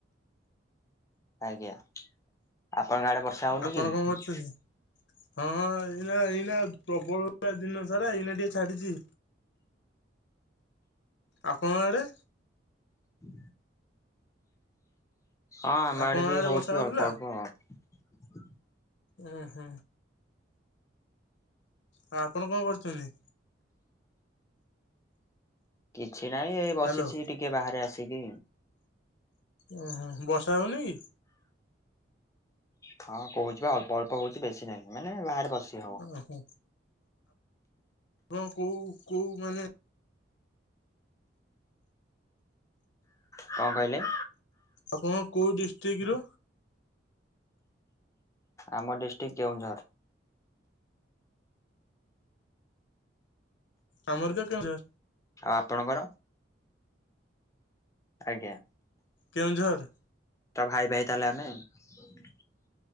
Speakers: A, on the left; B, on the left.
A: ଆଜ୍ଞା। ଆପଣଙ୍କ ଆଡେ ବର୍ଷା ହଉନି
B: ଆପଣ
A: କି?
B: କଣ କରୁଛନ୍ତି? ହଁ ଏଇନା ଏଇନା ପ୍ରବଳ ହଉଥିଲା ଦିନ ସାରା ଏଇନା ଟିକେ ଛାଡିଚି। ଆପଣଙ୍କ ଆଡେ?
A: ହୁଁ ହଁ ଆମ
B: ଆପଣଙ୍କ
A: ଆଡେ ବି ହଉଛି
B: ବର୍ଷା ହଉଥିଲା?
A: ଅଳ୍ପ ଅଳ୍ପ ଆଉ।
B: ଉ ହୁଁ। ହଁ ଆପଣ କଣ କରୁଛନ୍ତି?
A: କିଛି ନାହିଁ ଏଇ ବସିଛି
B: ହ୍ୟାଲୋ
A: ଟିକେ ବାହାରେ ଆସିକି।
B: ଉଁ ହୁଁ। ବର୍ଷା ହଉନି କି?
A: ହଁ କହୁଛି ବା ଅଳ୍ପ ଅଳ୍ପ ହଉଛି ବେଶୀ ନାହିଁ ମାନେ ବାହାରେ ବସି ହବ।
B: ଓହୋ। ହବ କୋଉ କୋଉ ମାନେ
A: କଣ କହିଲେ?
B: ଆପଣଙ୍କ କୋଉ ଡିଷ୍ଟ୍ରିକ୍ଟରୁ?
A: ଆମ ଡିଷ୍ଟ୍ରିକ୍ଟ କେଉଁଝର।
B: ଆମର ତ କେଉଁଝର
A: ଆଉ ଆପଣଙ୍କର? ଆଜ୍ଞା।
B: କେଉଁଝର।
A: ତ ଭାଇ ଭାଇ ତାହେଲେ ଆମେ ଆଉ।